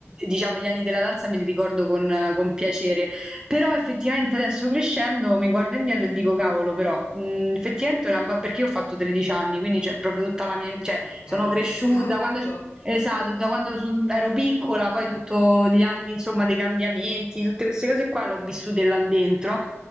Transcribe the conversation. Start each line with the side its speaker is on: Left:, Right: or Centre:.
Right: diciamo gli anni della danza me li ricordo con, con piacere, però effettivamente adesso crescendo mi guardo indietro e dico cavolo, però mh, effettivamente è una ba- perché io ho fatto 13 anni, quindi c'è proprio tutta la mia, cioè
Left: Ok,
Right: sono cresciuta
Left: un sacco.
Right: quando... Esatto, da quando so- ero piccola, poi tutti gli anni, insomma, dei cambiamenti, tutte queste cose qua le ho vissute là dentro